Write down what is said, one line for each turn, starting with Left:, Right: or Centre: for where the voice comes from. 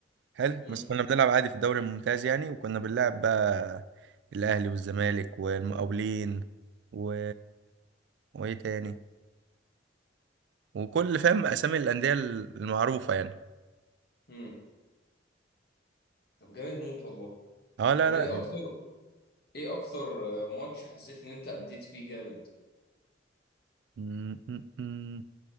Right: حلو
Left: امم
Right: بس كنا بنلعب عادي في الدوري الممتاز يعني وكنا بنلعب بقى الاهلي والزمالك والمقاولين و وايه تاني وكل فاهم اسامي الانديه المعروفه يعني
Left: امم طب جامد موت والله
Right: اه لا
Left: طب
Right: لا
Left: ايه اكتر ايه اكتر آه، ماتش حسيت ان انت اديت فيه جامد
Right: م- م- م.